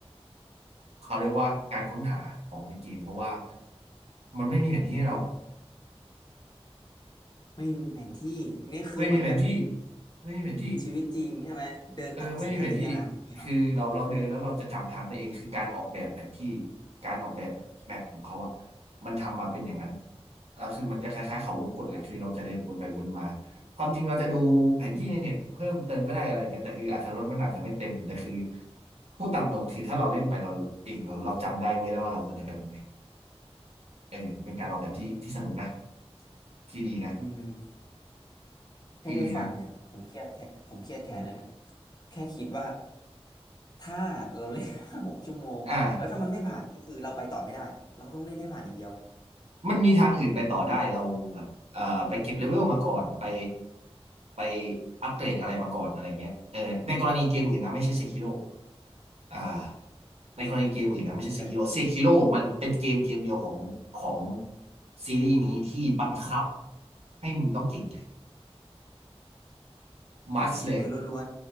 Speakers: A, on the right (about 75°); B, on the left (about 40°).
A: เขาเรียกว่าการค้นหาของในเกมเพราะว่ามันไม่มีแผนที่ให้เรา
B: ไม่มีแผนที่นี่คือเหมือนกับ
A: ไม่มีแผนที่ไม่มีแผนที่
B: ชีวิตจริงใช่ไหมเดินตามสัญชาตญาณอย่างนี้เหรอ
A: เออไม่มีแผนที่คือเราเราเดินแล้วเราจะจำทางได้เองคือการออกแบบแผนที่การออกแบบแมปของเขาอ่ะมันทำมาเป็นอย่างนั้นแล้วคือมันจะคล้ายๆเขาวงกตแหละคือเราจะเดินวนไปวนมาความจริงเราจะดูแผนที่ในเน็ตเพิ่มเติมก็ได้อะไรเงี้ยแต่คืออรรถรสมันอาจจะไม่เต็มแต่คือพูดตามตรงคือถ้าเราเล่นไปเราเองเราเราจำได้เว้ยแล้วว่าเราควรจะไปตรงไหนเออมันเป็นการออกแบบที่ที่สนุกนะที่ดีนะ
B: อืม แค่ได้ฟังเนี่ยผมเครียดแทนผมเครียดแทนแล้วเนี่ย
A: ที่ดีนะ
B: แค่คิดว่าถ้าเราเล่น <laughs> ห้าหกชั่วโมงแล้วถ้ามันไม่ผ่านก็คือเราไปต่อไม่ได้เราต้องเล่นให้ผ่านอย่างเดียว
A: อ่า มันมีทางอื่นไปต่อได้เราแบบเอ่อไปเก็บเลเวลมาก่อนไปไปอัปเกรดอะไรมาก่อนอะไรเงี้ยเออในกรณีเกมอื่นนะไม่ใช่เซคิโ o อ่าในกรณีเกมอื่นนะไม่ใช่เซคิโ
B: อืมแต่
A: o เซคิโ o มันเป็นเกมเกมเดียวของของซีรีส์นี้ที่บังคับให้มึงต้องเก่ง มัสเลย
B: ฝีมือล้วน